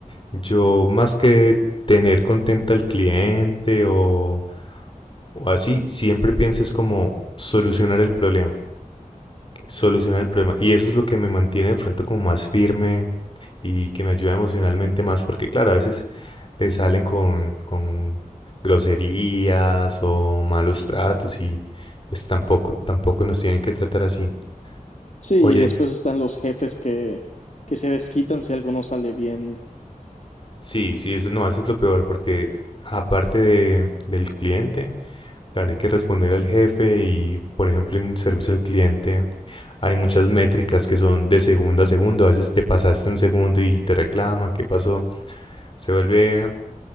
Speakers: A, on the left; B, on the left.
A: Yo más que tener contento al cliente o, o así, siempre pienso es como solucionar el problema, solucionar el problema. Y eso es lo que me mantiene de pronto como más firme y que me ayuda emocionalmente más, porque claro, a veces te salen con, con groserías o malos tratos y pues tampoco, tampoco nos tienen que tratar así.
B: Sí, y
A: Oye,
B: después están los jefes que, que se desquitan si algo no sale bien
A: sí, sí, eso, no, eso es lo peor, porque aparte de, del cliente, Claro, hay que responder al jefe y, por ejemplo, en servicio al cliente hay muchas métricas que son de segundo a segundo. A veces te pasaste un segundo y te reclaman, ¿qué pasó? Se vuelve